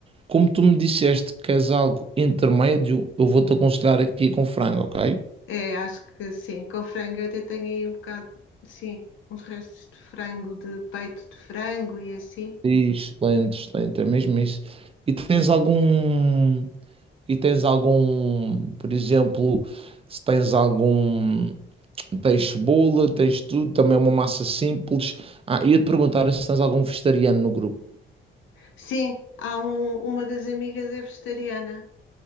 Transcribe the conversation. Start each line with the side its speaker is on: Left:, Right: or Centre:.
Right: Como tu me disseste que queres algo intermédio, eu vou-te aconselhar aqui com frango, ok?
Left: É, acho que sim, com frango eu até tenho aí um bocado, sim, uns restos de frango, de peito de frango e assim.
Right: Excelente, excelente, é mesmo isso. E tens algum, e tens algum, por exemplo, se tens algum, tens cebola, tens tudo, também é uma massa simples. Ah, ia-te perguntar se tens algum vegetariano no grupo.
Left: Sim, há um- uma das amigas é vegetariana.